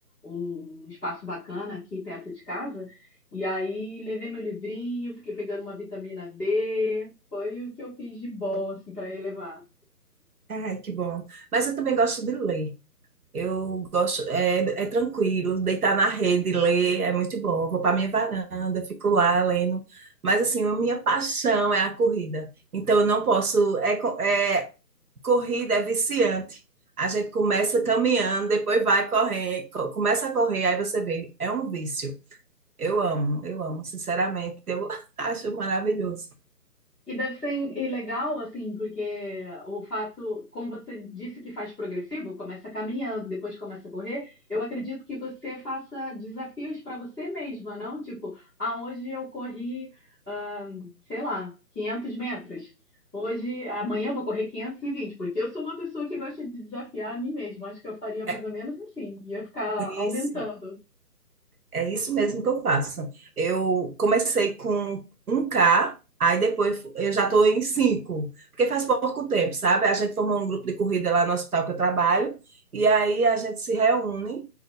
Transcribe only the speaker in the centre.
um espaço bacana aqui perto de casa. E aí levei meu livrinho, fiquei pegando uma vitamina D, foi o que eu fiz de bom assim para elevar.
E deve ser e legal, assim, porque o fato, como você disse que faz progressivo, começa caminhando, depois começa a correr, eu acredito que você faça desafios para você mesma, não? Tipo, ah, hoje eu corri, ah, sei lá, 500 metros. Hoje, amanhã eu vou correr 520, porque eu sou uma pessoa que gosta de desafiar a mim mesma. Acho que eu faria mais
ou menos assim, ia ficar
aumentando.